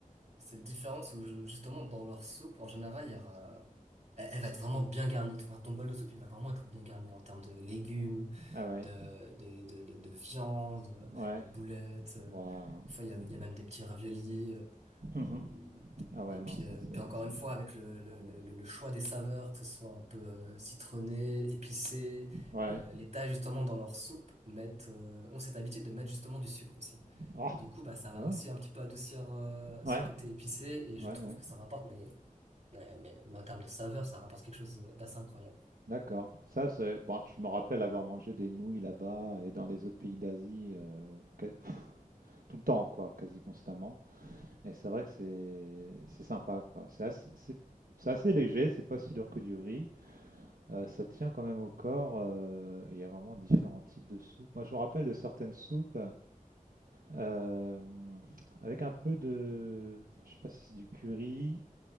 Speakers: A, on the right; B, on the right.
A: cette différence où je- justement dans leur soupe, en général, il y aura... Elle elle va être vraiment bien garnie. Enfin, ton bol de soupe, il va vraiment être bien garni en termes de légumes,
B: Ah ouais,
A: de, de, de, de, de viande,
B: ouais.
A: de boulettes. euh,
B: Waouh,
A: Des fois,
B: cool.
A: il y a, il y a même des petits raviolis. euh,
B: Mhm.
A: euh,
B: Ah ouais,
A: et puis,
B: non, ça
A: euh,
B: c'est
A: puis encore une fois, avec le, le,
B: trop bon.
A: le,
B: ça.
A: le choix des saveurs, que ce soit un peu euh, citronné, épicé,
B: Ouais.
A: et euh, les Thaïs, justement, dans leur soupe, mettent, euh, ont cette habitude de mettre justement du sucre aussi.
B: Ah,
A: Et du coup, bah, ça va
B: c'est bon.
A: aussi un petit peu adoucir euh,
B: Ouais,
A: ce côté épicé, et je
B: ouais,
A: trouve
B: ouais.
A: que ça rapporte, mais, mais, mais, mais en termes de saveur, ça rapporte quelque chose d'assez incroyable.
B: D'accord. Ça, c'est. Bon, je me rappelle avoir mangé des nouilles là-bas et dans les autres pays d'Asie euh, que- <laughs> tout le temps, quoi, quasi constamment. Et c'est vrai que c'est c'est sympa, quoi. C'est assez, c'est- c'est assez léger, c'est pas si lourd que du riz. Euh, ça tient quand même au corps. euh, Il y a vraiment différents types de soupes. Moi, je me rappelle de certaines soupes euh, avec un peu de. Je sais pas si c'est du curry.